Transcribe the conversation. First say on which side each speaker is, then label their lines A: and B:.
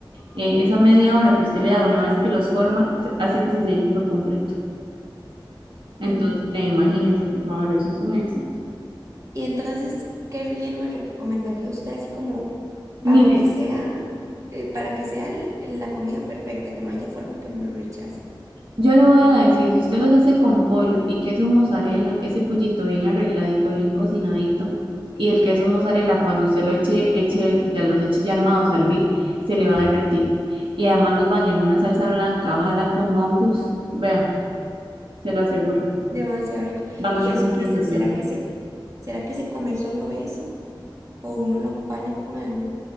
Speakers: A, on the right; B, on the right.
A: eh, esa media hora que usted le da una vez que los forma, se- hace que se sellen por completo. Entonces,
B: Ujú.
A: eh, imagínense, por favor, eso es un éxito.
B: Y entonces, ¿qué relleno me recomendaría usted así como para
A: Mire,
B: que sea, eh, para que sea l- la comida perfecta, que no haya forma que me lo rechace?
A: yo le voy a decir, si usted los hace con pollo y queso mozzarella, ese pollito bien arregladito, bien cocinadito, y el queso mozzarella, cuando usted lo eche, eche, ya los eche ya armados a hervir, se le va a derretir. Y además los baña en una salsa blanca, ojalá con hongos. Vea, se lo aseguro,
B: Demasiado rico.
A: van
B: ¿Y
A: a ser
B: eso
A: una sensación.
B: qué se- será que se, será que se come solo eso? o uno lo acompaña con algo.